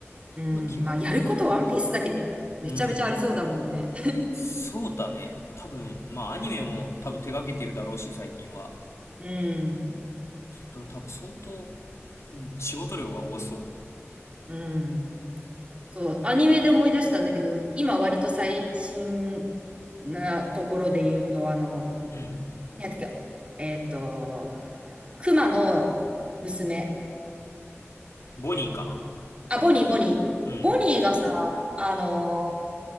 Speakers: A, on the right (about 25°); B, on the left (about 80°).
A: うん。
B: 基本的に。
A: まあ、やることワンピースだけでめちゃめちゃありそうだもんね。
B: うん。そうだね。多分、まあアニメも多分手掛けてるだろうし、最近は。
A: <laughs> うん。
B: 多分相当仕事量が多そう。
A: うん。そう、アニメで思い出したんだけど、今割と最新なところで言うと、あの、
B: うん。
A: なんていうか、えっと、熊の娘。
B: ボニーかな。
A: あ、ボニー、ボニー。
B: うん。
A: ボニーがさ、あの、